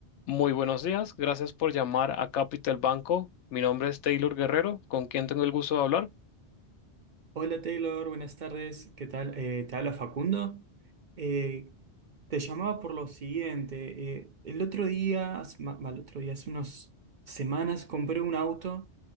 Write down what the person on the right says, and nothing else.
Hola Taylor, buenas tardes. ¿Qué tal? Eh, te habla Facundo. Eh, te llamaba por lo siguiente. eh, el otro día, hace, ma- mal, otro día, hace unas semanas compré un auto,